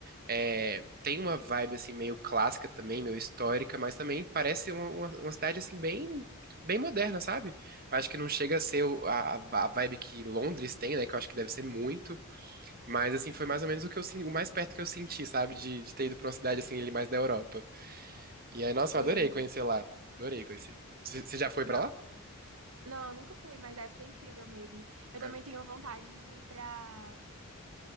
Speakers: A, on the right; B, on the right.
A: É, tem uma vibe assim meio clássica também, meio histórica, mas também parece uma, uma, uma cidade assim bem bem moderna, sabe? Eu acho que não chega a ser o- a, a vibe que Londres tem, né? Que eu acho que deve ser muito, mas assim foi mais ou menos o que eu sen- o mais perto que eu senti, sabe? De, de ter ido pra uma cidade assim ali mais da Europa. E aí, nossa,
B: sei.
A: eu adorei conhecer lá, adorei conhecer. C- Você já foi
B: Não,
A: pra lá?
B: não, eu nunca fui, mas deve ser incrível mesmo. Eu também
A: É.
B: tenho vontade de ir pra.